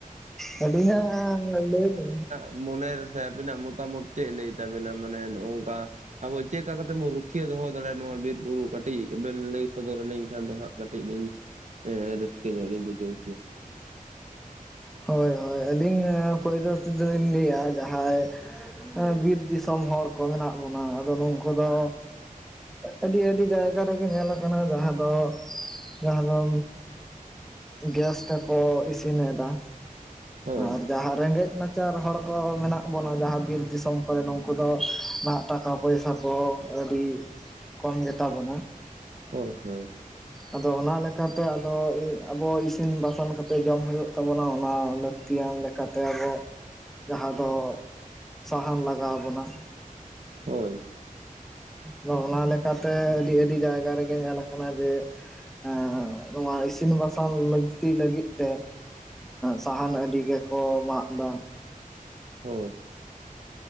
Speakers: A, in the centre; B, on the right.
A: ᱟᱹᱞᱤᱧᱟᱜ ᱞᱟᱹᱭ ᱫᱚ
B: ᱢᱚᱱᱮ ᱨᱮ ᱥᱮ ᱟᱹᱵᱤᱱᱟᱜ ᱢᱚᱛᱟ ᱢᱚᱛ ᱪᱮᱫ ᱞᱟᱹᱭ ᱛᱟᱵᱤᱱᱟ ᱢᱟᱱᱮ ᱱᱚᱜ ᱱᱚᱝᱠᱟ ᱟᱵᱚ ᱪᱮᱫ ᱞᱮᱠᱟ ᱠᱟᱛᱮ ᱵᱚᱱ ᱨᱩᱠᱷᱤᱭᱟᱹ ᱫᱚᱦᱚ ᱫᱟᱲᱮᱭᱟᱜᱼᱟ ᱱᱚᱣᱟ ᱵᱤᱨᱵᱩᱨᱩ ᱠᱟᱹᱴᱤᱡ ᱵᱮᱱ ᱞᱟᱹᱭ ᱥᱚᱫᱚᱨ ᱟᱹᱞᱤᱧ ᱠᱷᱟᱱ ᱫᱚ ᱦᱟᱸᱜ? ᱠᱟᱹᱴᱤᱡ ᱞᱤᱧ ᱨᱟᱹᱥᱠᱟᱹ ᱧᱚᱜ ᱞᱤᱧ ᱵᱩᱡᱷᱟᱹᱣ ᱠᱮᱭᱟ
A: ᱦᱳᱭ ᱦᱳᱭ ᱟᱹᱞᱤᱧ ᱯᱚᱭᱞᱚ ᱛᱮᱫᱚ ᱞᱤᱧ ᱞᱟᱹᱭᱟ ᱡᱟᱦᱟᱸᱭ ᱵᱤᱨ ᱫᱤᱥᱚᱢ ᱦᱚᱲ ᱠᱚ ᱢᱮᱱᱟᱜ ᱵᱚᱱᱟ ᱟᱫᱚ ᱱᱩᱠᱩ ᱫᱚ ᱟᱹᱰᱤ ᱟᱹᱰᱤ ᱡᱟᱭᱜᱟ ᱨᱮᱜᱮ ᱧᱮᱞ ᱠᱟᱱᱟ ᱡᱟᱦᱟᱸ ᱫᱚ ᱡᱟᱦᱟᱸ ᱫᱚ ᱜᱮᱥ ᱛᱟᱠᱚ ᱤᱥᱤᱱ ᱛᱤᱱᱮ ᱫᱟ
B: ᱦᱳᱭ
A: ᱟᱨ ᱡᱟᱦᱟᱸ ᱨᱮᱸᱜᱮᱡ ᱱᱟᱪᱟᱨ ᱦᱚᱲ ᱠᱚ ᱢᱮᱱᱟᱜ ᱵᱚᱱᱟ ᱡᱟᱦᱟᱸ ᱵᱤᱨ ᱫᱤᱥᱚᱢ ᱠᱚᱨᱮ ᱱᱩᱝᱠᱩ ᱫᱚ ᱱᱟᱦᱟᱜ ᱴᱟᱠᱟ ᱯᱚᱭᱥᱟ ᱠᱚ ᱟᱹᱰᱤ ᱠᱚᱢ ᱜᱮᱛᱟ ᱵᱚᱱᱟ
B: ᱦᱳᱭ ᱦᱳᱭ
A: ᱟᱫᱚ ᱚᱱᱟ ᱞᱮᱠᱟᱛᱮ ᱟᱫᱚ ᱟᱵᱚ ᱤᱥᱤᱱ ᱵᱟᱥᱟᱝ ᱠᱟᱛᱮᱫ ᱡᱚᱢ ᱦᱩᱭᱩᱜ ᱛᱟᱵᱚᱱᱟ ᱚᱱᱟ ᱞᱟᱹᱛᱤᱭᱟᱱ ᱞᱮᱠᱟᱛᱮ ᱟᱵᱚ ᱡᱟᱦᱟᱸ ᱫᱚ ᱥᱟᱦᱟᱱ ᱞᱟᱜᱟᱣ ᱵᱚᱱᱟ
B: ᱦᱳᱭ
A: ᱟᱫᱚ ᱚᱱᱟ ᱞᱮᱠᱟᱛᱮ ᱟᱹᱰᱤ ᱟᱹᱰᱤ ᱡᱟᱭᱜᱟ ᱨᱮᱜᱮ ᱧᱮᱞ ᱠᱟᱱᱟ ᱡᱮ ᱮ ᱱᱚᱣᱟ ᱤᱥᱤᱱ ᱵᱟᱥᱟᱝ ᱞᱟᱹᱠᱛᱤ ᱞᱟᱹᱜᱤᱫ ᱛᱮ ᱥᱟᱦᱟᱱ ᱟᱹᱰᱤ ᱜᱮᱠᱚ ᱢᱟᱜ ᱫᱟ
B: ᱦᱳᱭ